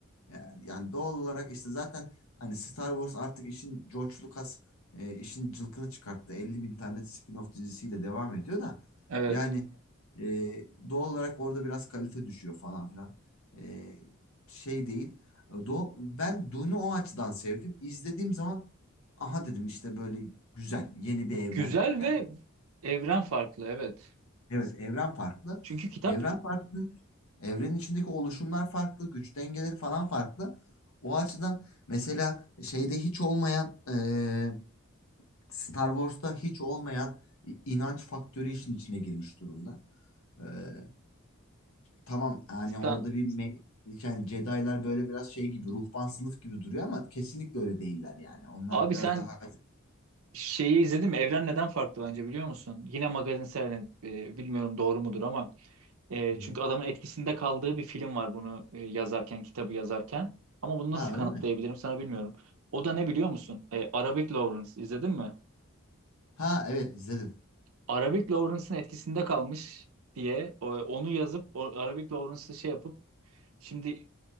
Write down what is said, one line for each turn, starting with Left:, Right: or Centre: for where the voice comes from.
Left: yani, yani doğal olarak işte zaten hani Star Wars artık işin George Lucas e, işin cılkını çıkarttı. 50 bin tane spin-off dizisiyle devam ediyor da
Right: Evet.
Left: yani e, doğal olarak orada biraz kalite düşüyor falan filan. E, şey değil. E, Do ben Dune'u o açıdan sevdim. İzlediğim zaman aha dedim işte böyle güzel yeni bir
Right: Güzel
Left: evren geldi
Right: ve evren farklı evet.
Left: Evet, evren farklı.
Right: Çünkü kitap
Left: Evren farklı. Evrenin içindeki oluşumlar farklı, güç dengeleri falan farklı. O açıdan mesela şeyde hiç olmayan eee, Star Wars'ta hiç olmayan i- inanç faktörü işin içine girmiş durumda. Eee, tamam yani orada
Right: Sa-
Left: bir me- yani Jedi'lar böyle biraz şey gibi ruhban sınıf gibi duruyor ama kesinlikle öyle değiller yani. Onlar
Right: abi
Left: biraz
Right: sen
Left: daha
Right: Şeyi izledim. Evren neden farklı bence biliyor musun? Yine magazinsel e, bilmiyorum doğru mudur ama e,
Left: Hı.
Right: çünkü adamın etkisinde kaldığı bir film var bunu e, yazarken, kitabı yazarken. Ama bunu nasıl
Left: Ha
Right: kanıtlayabilirim
Left: öyle mi?
Right: sana bilmiyorum. O da ne biliyor musun? E, Arabic Lawrence izledin mi?
Left: Ha evet izledim.
Right: Arabic Lawrence'ın etkisinde kalmış diye o- onu yazıp o, Arabic Lawrence'ı şey yapıp şimdi